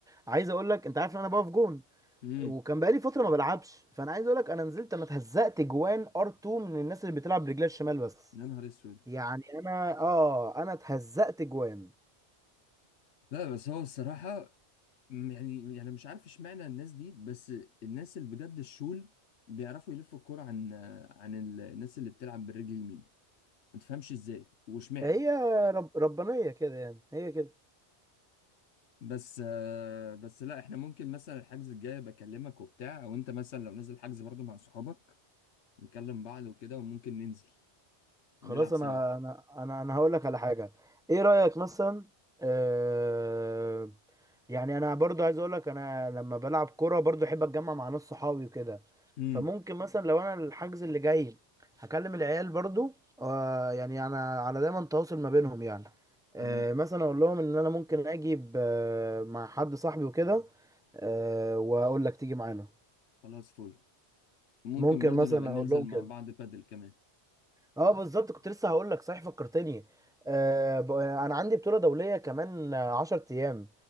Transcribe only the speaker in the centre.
عايز اقول لك انت عارف ان انا بقف جون
وكان بقالي فتره ما بلعبش فانا عايز اقول لك انا نزلت انا اتهزقت جوان ار 2 من الناس اللي بتلعب برجلها الشمال بس
يعني انا اه انا اتهزقت جوان
هي رب... ربانيه كده يعني هي كده
خلاص
انا
انا انا انا هقول لك على حاجه ايه رايك مثلا آه يعني انا برضو عايز اقول لك انا لما بلعب كوره برضو احب اتجمع مع ناس صحابي وكده
فممكن مثلا لو انا الحجز اللي جاي هكلم العيال برضو آه يعني انا على دايما تواصل ما بينهم يعني آه
مثلا اقول لهم ان انا ممكن اجي ب- مع حد صاحبي وكده آه واقول لك تيجي معانا
ممكن
مثلا
اقول لهم
كده
اه بالظبط كنت لسه هقول لك صحيح فكرتني آه ب- انا عندي بطولة دولية كمان آه، 10 ايام